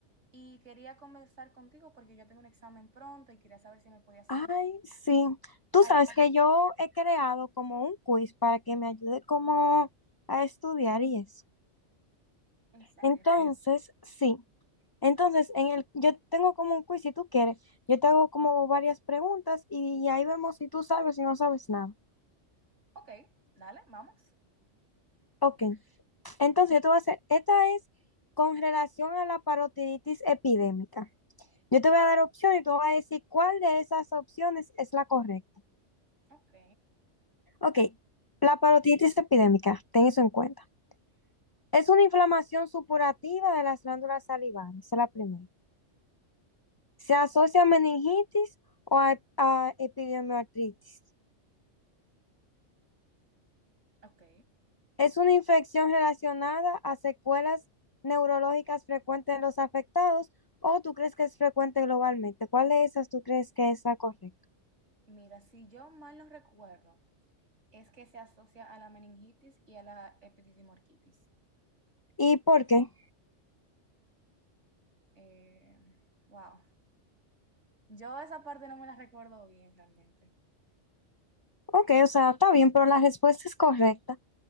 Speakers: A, on the right; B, on the left.
A: y quería conversar contigo porque yo tengo un examen pronto y quería saber si me podías
B: Ay, sí. Tú
A: ayudar.
B: sabes que yo he creado como un quiz para que me ayude como a estudiar y eso.
A: ¿En serio?
B: Entonces, sí. Entonces, en el, yo tengo como un quiz, si tú quieres, yo te hago como varias preguntas y ahí vemos si tú sabes y no sabes nada.
A: Ok, dale, vamos.
B: Ok. Entonces, yo te voy a hacer, esta es con relación a la parotiditis epidémica. Yo te voy a dar opciones y tú vas a decir cuál de esas opciones es la correcta.
A: Ok,
B: Ok, la parotiditis epidémica, ten eso en cuenta. Es una inflamación supurativa de las glándulas salivares, esa es la primera. Se asocia a meningitis o a, a epidemioartritis.
A: ok.
B: Es una infección relacionada a secuelas neurológicas frecuentes en los afectados o tú crees que es frecuente globalmente. ¿Cuál de esas tú crees que es la correcta?
A: Mira, si yo mal no recuerdo, es que se asocia a la meningitis y a la epididimorquitis.
B: ¿Y por qué?
A: Eh, wow. Yo esa parte no me la recuerdo bien realmente.
B: Ok, o sea, está bien, pero la respuesta es correcta.